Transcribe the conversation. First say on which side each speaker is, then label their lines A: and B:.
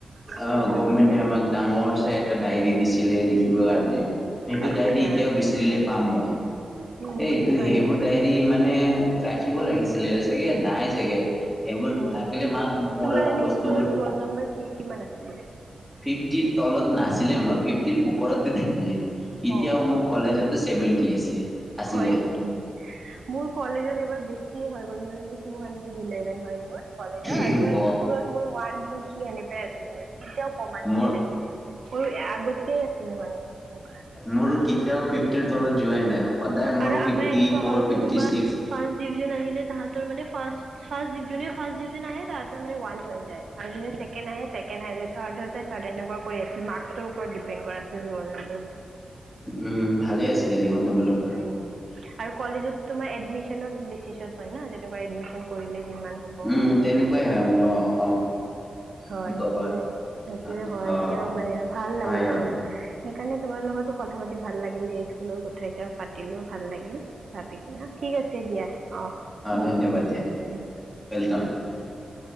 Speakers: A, on the right; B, in the centre.
A: তেতিয়া
B: অ
A: ভাবিলে
B: গভমেণ্টে আমাক ডাঙৰ চাই এটা ডায়েৰী দিছিলে লিখিবৰ কাৰণে। সেইটো
A: আচ্ছা
B: ডায়েৰী এতিয়াও বিচাৰিলে পাম মই।
A: উম
B: এইটো
A: হয়
B: সেইবোৰ
A: নেকি
B: ডায়েৰী মানে ৰাখিব লাগিছি চাগে নাই চাগে। এইবোৰ
A: উম
B: থাকিলে ভাল পুৰণা
A: তোমাৰ এনেই
B: বস্তুবোৰ
A: স্কুলত ৰোল নম্বৰ কি কিমান আছিল
B: ফিফটিৰ তলত নাচ চিলে আমাৰ ফিফটিৰ ওপৰতে থাকিলে। এতিয়াও
A: অ'
B: মোৰ কলেজতে চেভেনটিও আছে। আছিলে।
A: হয় নিকি? মোৰ কলেজত এবাৰ বেছি হৈ গল মানে টুহানড্ৰেড দিলে। হয় মোৰ কলেজত
B: এই
A: আৰু
B: ব
A: স্কুলত মোৰ ওৱান, টু, থ্ৰি এনেকুৱাই আছিলে মোৰ, কেতিয়াও কমা নাছিলে।
B: মোৰ
A: মোৰ আগতে আছিলো মানে এনেকুৱা।
B: মোৰ কেতিয়াও ফিফ্টিৰ তলত যোৱাই নাই। সদায় মোৰ
A: আৰু
B: ফিফটি
A: আমাৰ এনেকুৱা
B: ফ'ৰ
A: হয়
B: ফিফটি
A: কোনোবা
B: ছিক্স
A: ফাৰ্ষ্ট ডিভিজন আহিলে তাহাতৰ মানে ফাষ্ট ফাৰ্ষ্ট ডিভিজনেই ফাৰ্ষ্ট ডিভিজন আহে তাহতে মানে ওৱান হৈ যায় আৰু যুনে ছেকেণ্ড আহে ছেকেণ্ড হৈ যায় থাৰ্ড এনেকুৱা কৰিছিল, মাৰ্কচৰ ওপৰত ডিপেণ্ড কৰা আছিল ৰোল নং।
B: উম, ভালে আছিলে দেখোন তোমালোক
A: উম, আৰু কলেজত তোমাৰ এডমিচনত দিচিছন হয় ন, যেনেকৈ এডমিছন কৰিলে। যিমান হ'ব
B: উম,
A: যোনে
B: তেনেকুৱাই হয়, মোৰ
A: উম
B: অ অ।
A: হয়
B: কি ক'বা।
A: সেইটোয়ে সেইটোয়ে
B: অ',
A: হয়,
B: অ',
A: তেওঁ মানে ভাল
B: হয়,
A: লাগিল
B: হয়,
A: আৰু সেইকাৰণে তোমাৰ লগতো কথা পাতি ভাল লাগিল দিয়া স্কুলৰ কথা এতিয়া পাতিলো ভাল লাগিল ভাবি কিনা ঠিক আছে দিয়া অ, থেংক
B: ধন্যবাদ
A: ইউ।
B: দিয়া,
A: উম
B: <unintelligible>